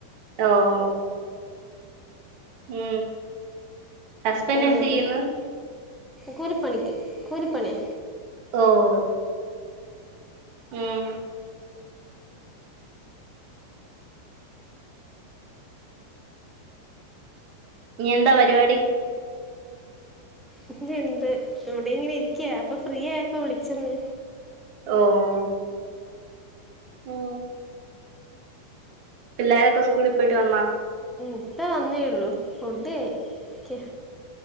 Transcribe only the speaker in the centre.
ഞാൻ കൂലിപ്പണിക്ക് കൂലിപ്പണിയ
ഇവ്ടെ ഇണ്ട് ഇവിടെ ഇങ്ങനെ ഇരിക്ക. അപ്പൊ ഫ്രീ ആയപ്പോ വിളിച്ചന്ന്
ഇപ്പം വന്നേള്ളൂ ഫുഡ്കയ്ക്ക